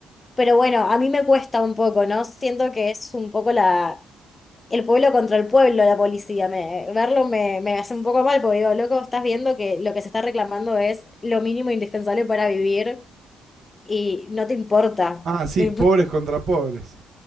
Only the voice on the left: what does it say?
Pero bueno, a mí me cuesta un poco, ¿no? Siento que es un poco la el pueblo contra el pueblo, la policía. Me, verlo me, me hace un poco mal, porque digo, loco, estás viendo que lo que se está reclamando es lo mínimo indispensable para vivir y no te importa.
Tipo,